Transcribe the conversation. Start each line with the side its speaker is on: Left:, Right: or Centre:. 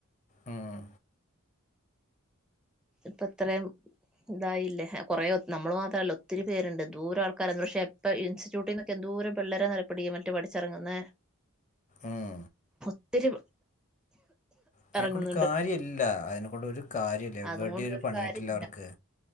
Left: ഉം
Centre: ഇപ്പൊ ഇത്രയും ഇതായില്ലേ കുറേ നമ്മള് മാത്രമല്ല ഒത്തിരി പേരുണ്ട്. ദൂരം ആൾക്കാര പക്ഷെ എപ്പൊ ഇൻസ്റ്റിറ്റ്യൂട്ടിൽ നിന്നൊക്കെ എന്തൂരം പിള്ളേരാന്നറിവോ ഇപ്പം ഡി എം എൽ ടി പഠിച്ചിറങ്ങുന്നേ
Left: ഉം
Centre: ഒത്തിരി
Left: അതിനെക്കൊണ്ട്
Centre: ഇറങ്ങുന്നുണ്ട്
Left: കാര്യം ഇല്ല അതിനെകൊണ്ട് ഒരു കാര്യം ഇല്ല എവിടിം
Centre: അതുകൊണ്ട്
Left: ഒരു പണി
Centre: കാര്യം
Left: കിട്ടില്ല അവർക്ക്